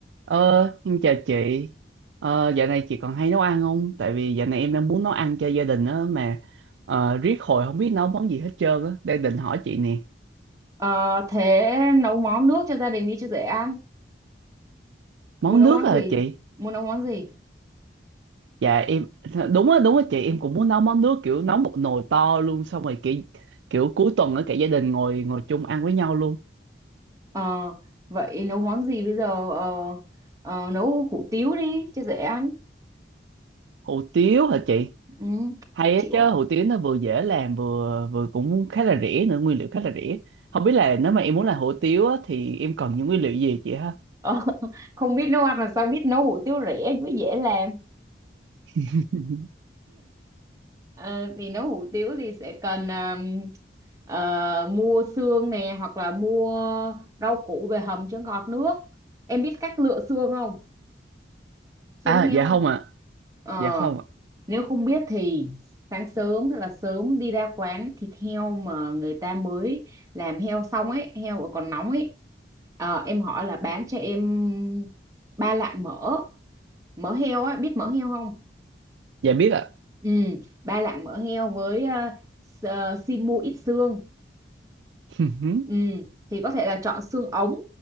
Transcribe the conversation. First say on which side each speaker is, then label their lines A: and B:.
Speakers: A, on the right; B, on the right.
A: Ờ, em chào chị. Ờ, dạo này chị còn hay nấu ăn không? Tại vì dạo này em đang muốn nấu ăn cho gia đình á mà ờ, riết hồi không biết nấu món gì hết trơn á. Đang định hỏi chị nè.
B: Ờ, thế nấu món nước cho gia đình đi cho dễ ăn.
A: Món
B: Muốn nấu
A: nước
B: món
A: à
B: gì?
A: chị?
B: Muốn nấu món gì?
A: Dạ em đúng á đúng á chị em cũng muốn nấu món nước kiểu nấu một nồi to luôn xong rồi kiểu kiểu cuối tuần ở cả gia đình ngồi ngồi chung ăn với nhau luôn.
B: Ờ, vậy nấu món gì bây giờ? Ờ, ờ, nấu hủ tiếu đi cho dễ ăn.
A: Hủ tiếu hả chị?
B: Ừ,
A: Hay
B: chịu.
A: á chứ
B: à?
A: hủ tiếu nó vừa dễ làm vừa vừa cũng khá là rẻ nữa nguyên liệu khá là rẻ. Không biết là nếu mà em muốn làm hủ tiếu á, thì em cần những nguyên liệu gì chị ha?
B: Ờ, <laughs> không biết nấu ăn làm sao biết nấu hủ tiếu rẻ mới dễ làm.
A: <laughs>
B: Ờ, thì nấu hủ tiếu thì sẽ cần à, ờ, mua xương nè hoặc là mua rau củ về hầm cho ngọt nước. Em biết cách lựa xương không? Xương
A: À
B: heo.
A: dạ không
B: không?
A: ạ
B: Ờ
A: Dạ không ạ
B: Nếu không biết thì sáng sớm thật là sớm đi ra quán thịt heo mà người ta mới làm heo xong ấy, heo mà còn nóng ấy. Ờ, em hỏi là bán cho em ba lạng mỡ, mỡ heo á, biết mỡ heo không?
A: Dạ biết ạ
B: Ừ, ba lạng mỡ heo với ờ, s- ờ, xin mua ít xương.
A: <laughs>
B: Ừ, thì có thể là chọn xương ống